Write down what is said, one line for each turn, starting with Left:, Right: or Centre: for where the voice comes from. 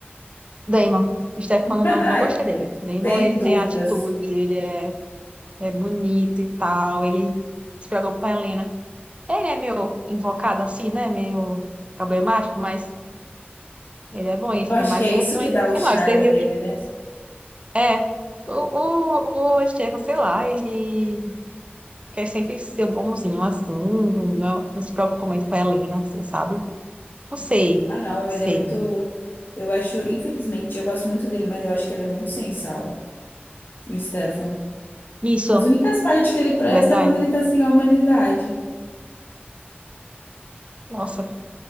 Right: Damon. O Stefano,
Left: <laughs> Ai,
Right: não, não gostei dele. Damon,
Left: sem
Right: ele
Left: dúvidas.
Right: tem atitude, ele é é bonito e tal. Ele se preocupa com a Helena. Ele é meio invocado assim, né? Meio problemático, mas ele é bom, ele fica
Left: Eu acho
Right: mais
Left: que é
Right: bonzinho
Left: isso que
Right: ainda
Left: dá
Right: no
Left: o
Right: final.
Left: charme
Right: Você viu
Left: dele,
Right: que
Left: né?
Right: é. O, o, o Estevam, sei lá, ele quer sempre ser bonzinho assim, não, não se preocupa muito com a Helena, assim, sabe? Não sei,
Left: Ah, não,
Right: sei.
Left: ele é muito. Eu acho, infelizmente, eu gosto muito dele, mas eu acho que ele é muito sem sal, o Stefan.
Right: Isso,
Left: As únicas partes que ele presta
Right: na verdade.
Left: é quando ele tá sem a humanidade.
Right: Nossa,